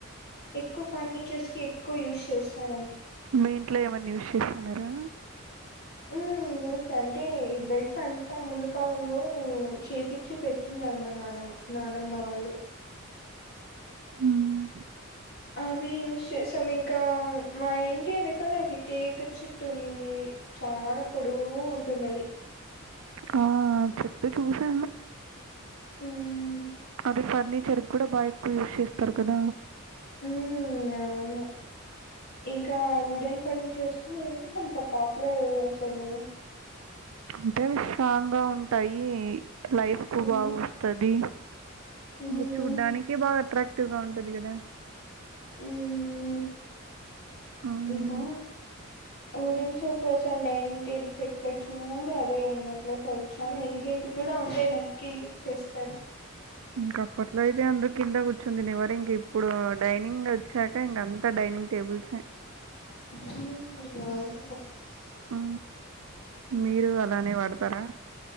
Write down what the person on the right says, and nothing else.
మీ ఇంట్లో ఏమన్నా యూస్ చేస్తున్నారా
హ్మ్.
ఆ చెట్టు చూసను
అది ఫర్ని చర్ కూడా బాగా ఎక్కువ యూస్ చేస్తారు కదా
అంటే స్ట్రాంగ్ గా ఉంటాయి లైఫ్ కు
బాగా వస్తది ఇంగ
చూడ్డానికి బాగా అట్రాక్టివ్ గా ఉంటది కదా
హ్మ్.
ఇంక అప్పట్లో అయితే అందర్ కింద కూర్చు తనివర ఇంక ఇప్పుడు డైనింగ్ వచ్చాక ఇంకంత డై డైనింగ్ టేబుల్స్
ఆ మీరు అలానే వాడుతారా